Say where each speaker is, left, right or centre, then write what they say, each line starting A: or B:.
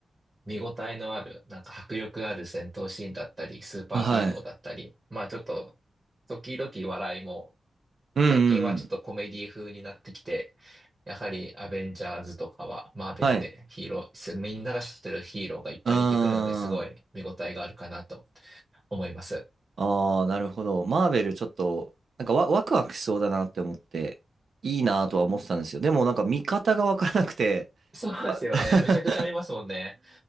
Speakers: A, on the right; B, on the right.
A: 見応えのある、なんか迫力ある戦闘シーンだったり、スーパーヒーローだったり、
B: あ、はい。
A: まあちょっと、時々笑いも
B: うんうんうん。
A: 最近はちょっとコメディ風になってきて、やはりアベンジャーズとかはマーベルでヒーロー、
B: はい。
A: みんなが知ってるヒーローがいっぱい出てくるのですごい見応えがあるかなと
B: うーん。
A: 思います。
B: ああ、なるほど。マーベルちょっと、なんかワ、ワクワクしそうだなって思って、いいなとは思ってたんですよ。でもなんか見方がわからなくて。
A: そうですよね。
B: <laughs>
A: めちゃくちゃありますもんね。